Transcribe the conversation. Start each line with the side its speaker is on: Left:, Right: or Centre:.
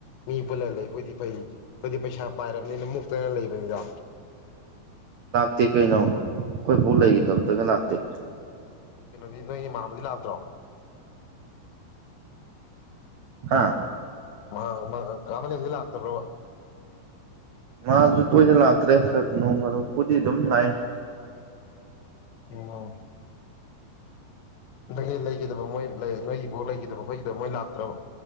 Left: ꯃꯤ ꯄꯨꯜꯂ ꯂꯩꯕ ꯑ‌ꯣꯏꯗꯤ ꯐꯩ ꯍꯥꯏꯗꯤ ꯄꯩꯁꯥ ꯄꯥꯏꯔꯕꯅꯤꯅ ꯃꯨꯛꯇꯅ ꯂꯩꯕꯅꯤꯗꯣ
Right: ꯅꯠꯇꯦ ꯀꯩꯅꯣ ꯑꯩꯈꯣꯏ ꯄꯨ ꯂꯩꯈꯤꯗꯕꯗꯒ ꯂꯥꯛꯇꯦ
Left: ꯀꯩꯅꯣꯗꯤ ꯅꯣꯏ ꯃꯥꯝꯃꯥ ꯗꯤ ꯂꯥꯛꯇ꯭ꯔꯣ
Right: ꯍꯥꯥ
Left: ꯑꯥ ꯑꯥ ꯀꯥ ꯃꯂ‌ꯦꯝꯗꯤ ꯂꯥꯛꯇꯕ꯭ꯔꯕꯥ
Right: ꯃꯥꯁꯨ ꯇꯣꯏꯅ ꯂꯥꯛꯇ꯭ꯔꯦ ꯈꯛ ꯅꯣꯡ ꯐꯗ‌ꯣꯛꯄꯨꯗꯤ ꯑꯗꯨꯝ ꯂꯥꯛꯏ
Left: ꯑꯣ ꯅ‌ꯣꯏꯒꯤ ꯂꯩꯈꯤꯗꯕ ꯃꯣꯏ ꯂꯩ ꯅꯣꯏꯒꯤ ꯏꯕ‌ꯣꯛ ꯂꯩꯈꯤꯗꯕ ꯈꯣꯠꯒꯤꯗꯕ ꯃꯣꯏ ꯂꯥꯛꯇ꯭ꯔꯕ